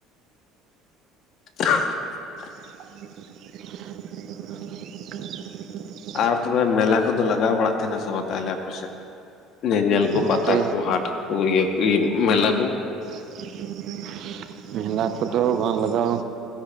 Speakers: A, on the left; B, on the right.
A: <unintelligible>
B: <inaudible>
A: ᱟᱨ ᱛᱚᱵᱮ ᱢᱮᱞᱟ ᱠᱚᱫᱚ ᱞᱟᱜᱟᱣ ᱵᱟᱲᱟᱜ ᱛᱟᱦᱮᱱᱟ ᱥᱮ ᱵᱟᱝ ᱛᱟᱦᱚᱞᱮ ᱟᱯᱮᱥᱮᱫ ᱧᱮᱧᱮᱞ ᱠᱚ
B: ᱱᱚᱛᱮ
A: ᱯᱟᱛᱟ ᱠᱚ ᱦᱟᱴ ᱠᱚ ᱤᱭᱟᱹ ᱠᱚ ᱢᱮᱞᱟ ᱠᱚ
B: <inaudible> ᱢᱮᱞᱟ ᱠᱚᱫᱚ ᱵᱟᱝ ᱞᱟᱜᱟᱣᱼᱼ